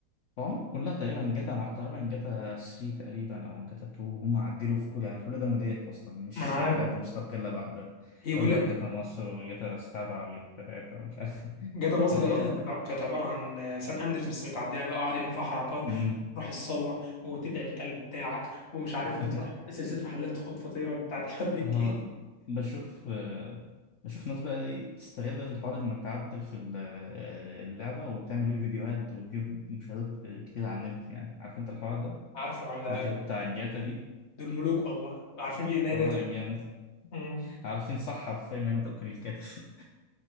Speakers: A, on the left; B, on the left.
A: هم كلها تقريبا جاتا مع... تقريبا جاتا 3 تقريبا أو جاتا 2 هم عدلوا في كل يعني كل ده موديلات أصلا مش
B: ما انا عارف
A: لعبة مستقلة لوحدها
B: هي بيقول
A: ولا
B: لك
A: جاتا مصر وجاتا 7 وجاتا 3 ومش عارف
B: جاتا
A: <laughs>
B: مصر
A: لا
B: دي اصلا
A: هي
B: كانت عب- كانت عباره عن آه، سان اندريس بس متعدله بقى وقعد يعمل فيها حركات
A: مم.
B: تروح الثوره وتدعي الكلب بتاعك ومش عارف
A: <laughs>
B: وتروح سلسله محلات خد فطيرك بتاعت احمد مكي
A: ها بشوف آه، بشوف ناس بقى ايه بتستغل الحوار انك تعدل في ال- آه، اللعبة وبتعمل بيه فيديوهات وتجيب مشاهدات كتير على النت يعني عارف انت الحوار
B: <laughs>
A: ده
B: عارف يا عم ده
A: فيديوهات بتاع الجاتا دي
B: دول ملوك والله عارفين بيه ان انا
A: اه جامد
B: مم.
A: عارفين صح حرفيا من هنا تأكل الكتف <laughs>